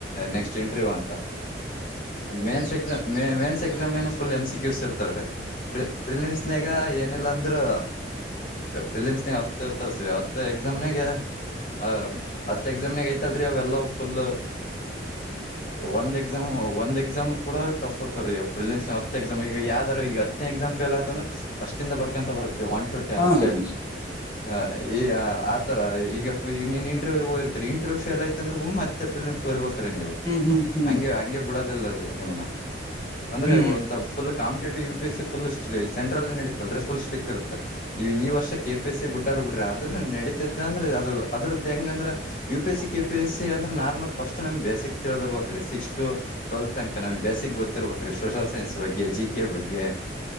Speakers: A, on the left; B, on the left.
A: ನೆಕ್ಸ್ಟ್ ಇಂಟರ್ವ್ಯೂ್ ಅಂತ ಮೇನ್ಸ್ ಎಕ್ಸಾಮ್ ಮೇನ್ಸ್ ಎಕ್ಸಾಮ್ ಏ ಫುಲ್ ಎಂಸ ಕ್ಯೂ ಸಿ ಇರ್ತವ್ರಿ <inaudible> ನಗ ಏನಿಲ್ಲಾ ಅಂದ್ರೂ ಫಿಲಿಮ್ಸ್ನ ಹೊತ್ತ ಇರ್ತವಸ್ರೀ ಹತ್ತು ಎಕ್ಸಾಮ್ನಾಗ ಆ ಹತ್ ಎಕ್ಸಾಮ್ನಾಗ ಐತಲ್ರಿ ಅವೆಲ್ಲ ಫುಲ್ ಒಂದ ಎಕ್ಸಾಮ್ ಒಂದ್ ಎಕ್ಸಾಮ್ ಕೂಡ ಟಫ್ ಇರ್ತಾರ ರೀ ಫಿಲಿಮ್ಸ್ ಈಗ ಯಾವ್ದಾರ ಈ ಹತ್ ಎಕ್ಸಮ್ ಫೇಲ್ ಆತಂದ್ರೆಫಸ್ಟ್ಂದ ಬರ್ಕಂತ ಬರ್ಕ್ ಒ <inaudible> ಟ
B: ಹಾ
A: ನ್
B: ಹ್ಮ್
A: ಹ ಈ ಆತರ ಈಗ ಈಗ ನೀನ್ ಇಂಟ್ರವ್ಯೂ ಹತ <inaudible> ಇಂಟರ್ವ್ಯ್ ಫೇಲ್ ಯಐತ <inaudible> ಅಂದ್ರೆ್ತ್ತೆ ಫಿಲಿಮ್ ಬರ್ಬೇಕೀ ನೀವು
B: ಹ್ಮ್ ಹ್ಮ್ ಹ್ಮ್
A: ಹಂಗೆ
B: ಹ್ಮ್
A: ಹಂಗೆ ಬಿಡೋದಿಲ್ಲಲ್ಲ ರೀ ನಿಮ್ನ ಅಂದ್ರೆ
B: ಹ್ಮ್
A: ಒ full competitive U P S C full ಸೆಂಟ್ರಲ್ನಡಿತಲ್ರಿ ಫುಲ್ ಸ್ಟ್ರಿಕ್ ಇರುತ್ತೆ ಈ ವರ್ಷ ಕೆ ಪಿ ಎ ಸಿ ಬಿಟ್ಟಾರ ಬಿಡ್ರ ಅದು ನಡೀತೈತೆ ಅಂದ್ರೆ ಅದು ಅದ್ರದ್ದು ಹೆಂಗಂದ್ರೆ U P S C K P S C ಅ್ರ ನಾರ್ಮಲ್ ಫಸ್ಟ್ ನಮ್ ಬೆಸಿಕ್ ತಿಳಿದರ್ಬೇಕ್ರೀ ಸಿಕ್ಸ್ ಟು ಟ್ವೆಲ್ತ್ ತನಕ ನಮಗ್ ಬೇಸಿಕ್ ಗೊತ್ತಿರ್ಬೇಕ ರೀ ಸೋಷಲ್ ಸೈನ್ಸ್ ಬಗ್ಗೆ ಜಿ ಕೆ ಬಗ್ಗೆ